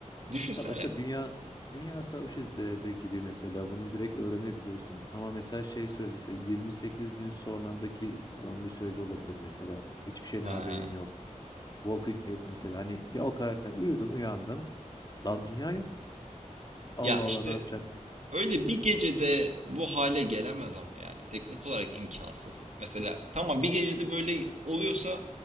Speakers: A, on the right; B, on the left.
A: Düşünsene.
B: Ya mesela Dünya Dünya Savaşı Z'de gibi mesela bunu direkt öğrenebiliyorsun. Ama mesela şey süre mesela 28 gün sonrandaki zombi süreci olabilir mesela. Hiçbir şeyden
A: Ha.
B: haberin yok. Walking Dead mesela hani ya o karakter uyudun uyandın. Lan dünya yok. Allah
A: Ya
B: Allah
A: işte
B: ne yapacaksın?
A: Öyle bir gecede bu hale gelemez ama yani. Teknik olarak imkansız. Mesela tamam bir gecede böyle oluyorsa